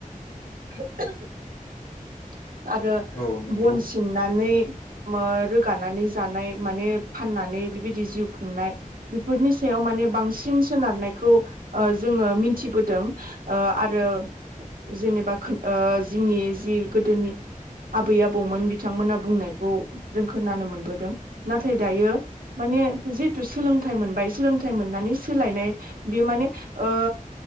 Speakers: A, on the right; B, on the left.
A: <unintelligible> आरो
B: औ औ नंगौ
A: बन सिननानै ओ रोगानानै जानाय माने फाननानै बेबायदि जिउ खुंनाय बेफोरनि सायाव माने बांसिन सोनारनायखौ ओ जोङो मिथिबोदों ओ आरो जेनेबा खोन ओ जोंनि जि गोदोनि आबै-आबौमोन बिथांमोनहा बुंनायखौ जों खोनानो मोनबोदों नाथाय दायो माने जिहेथु सोलोंथाइ मोनबाय सोलोंथाइ मोननानै सोलायनाय बेयो माने ओ